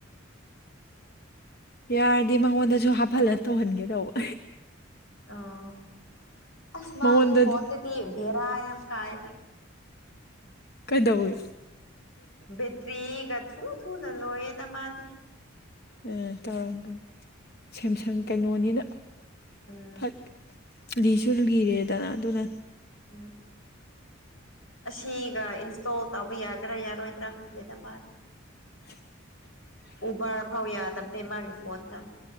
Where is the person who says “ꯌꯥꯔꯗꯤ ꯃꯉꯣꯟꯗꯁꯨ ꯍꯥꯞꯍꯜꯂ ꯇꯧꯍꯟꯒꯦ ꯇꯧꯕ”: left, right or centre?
Left